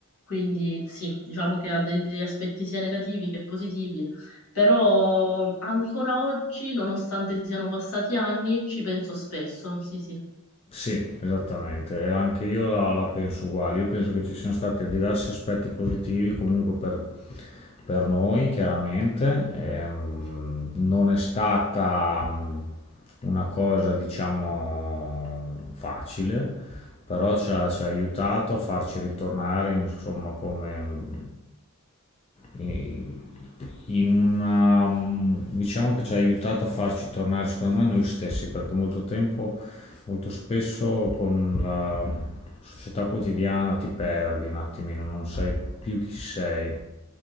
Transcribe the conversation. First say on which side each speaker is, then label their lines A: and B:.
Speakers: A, on the left; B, on the left.
A: quindi sì, diciamo che ha degli aspetti sia negativi che positivi, però ancora oggi, nonostante siano passati anni, ci penso spesso. Sì, sì.
B: Sì, esattamente, e anche io la, la penso uguale. Io penso che ci siano stati diversi aspetti positivi comunque per, per noi, chiaramente. Ehm, non è stata mh, una cosa, diciamo, facile, però ci ha, ci ha aiutato a farci ritornare, insomma, come mh, in in una... mh, diciamo che ci ha aiutato a farci tornare, secondo me, noi stessi, perché molto tempo molto spesso con la società quotidiana ti perdi un attimino, non sai più chi sei.